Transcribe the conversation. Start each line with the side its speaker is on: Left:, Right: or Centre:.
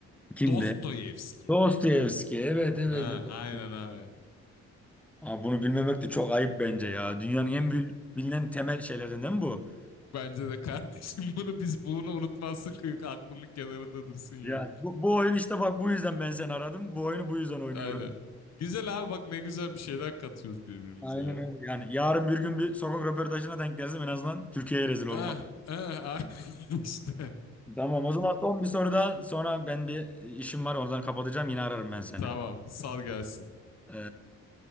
Centre: Kimdi?
Left: Dostoyevski.
Centre: Dostoyevski. Evet evet
Left: Ha,
Centre: evet.
Left: aynen abi.
Centre: Abi bunu bilmemek de çok ayıp bence ya. Dünyanın en bil- bilinen temel şeylerden değil mi bu?
Left: Bence de kardeşim <laughs> bunu biz bunu unutmazsın kıyık aklının kenarında dursun ya.
Centre: Yani bu, bu oyun işte bak bu yüzden ben seni aradım. Bu oyunu bu yüzden oynuyorum.
Left: Aynen. Güzel abi bak ne güzel bir şeyler katıyoruz birbirimize
Centre: Aynen
Left: ya.
Centre: öyle. Yani yarın bir gün bir sokak röportajına denk gelsem en azından Türkiye'ye rezil olmam.
Left: Ah, ah, ah. <laughs> işte.
Centre: Tamam o zaman son bir soru daha. Sonra ben bir işim var oradan kapatacağım. Yine ararım ben seni.
Left: Tamam, sal gelsin.
Centre: Ee,